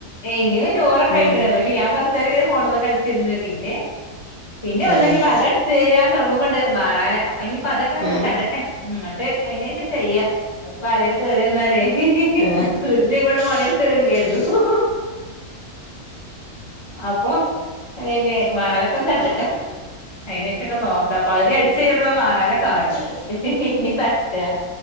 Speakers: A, on the left; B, on the left.
A: ഇനി ചോറൊക്കെ
B: ഉം
A: കഴിക്കണ പക്ഷെ ഞാൻ കൊറച്ചര ണ്പോ കളിച്ചിന്ന് പിന്നെ പിന്നെ
B: ആ
A: വന്നക്കി അകം അടിച്ചുവാരാൻ തുടങ്ങുമ്പണ്ട് മാറാല അപ്പ ഇനിപ്പ അതൊക്കെ
B: ആ
A: തട്ടട്ടെ ഇങ്ങോട്ട് അതിനന് ശേഷം ചെയ്യ ഇപ്പൊ ആരയില് കേറി വന്നാല് വീട്ടില്
B: ആ ആ
A: ഈ പെണ്ണ് പണിയെടുക്കൽ ഇല്ലേ കരുതും അപ്പൊ പിന്നെ മാറാലോക്ക ഒന്ന് തട്ടട്ടെ അതിനേഷം ഒക്കെ നോക്കാം പകുതി അടിച്ചുരിപ്പഴാ മാറാല കാണത് ഇനി തട്ടാ